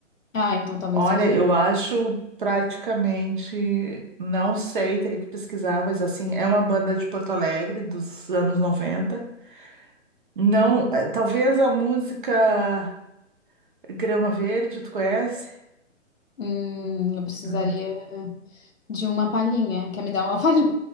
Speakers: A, on the left; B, on the right.
A: Ah, então talvez
B: Olha,
A: seja.
B: eu acho praticamente, não sei, teria que pesquisar, mas assim, é uma banda de Porto Alegre dos anos 90. Não, eh, talvez a música Grama Verde, tu conhece?
A: Hum, eu precisaria.
B: Não.
A: De uma palhinha. Quer me dar uma palhinha?